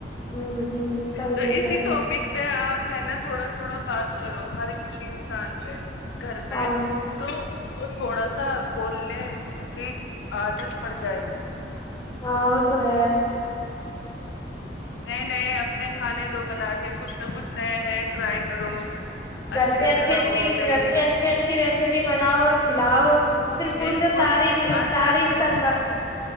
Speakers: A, on the left; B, on the left.
A: ہوں صحیح
B: تو
A: بول
B: اسی
A: رہے ہیں
B: ٹاپک پھر آپ ہے نا تھوڑا تھوڑا بات کرو ہر کسی انسان سے گھر میں
A: ہاں
B: تو وہ تھوڑا سا بولنے کی عادت پڑ جائے گی
A: ہاں وہ تو ہے
B: نئے نئے اپنے کھانے دو بنا کے کچھ نہ کچھ نئے نئے ٹرائی کرو
A: گھر
B: اچھے
A: پہ اچھی
B: سے رہو
A: اچھی
B: نہیں
A: گھر
B: نہیں
A: پہ اچھی اچھی ریسیپی بناؤ اور کھلاؤ پھر پوچھا
B: بالکل
A: تعاریف
B: آج
A: تعریف
B: کل تو
A: کرسکتے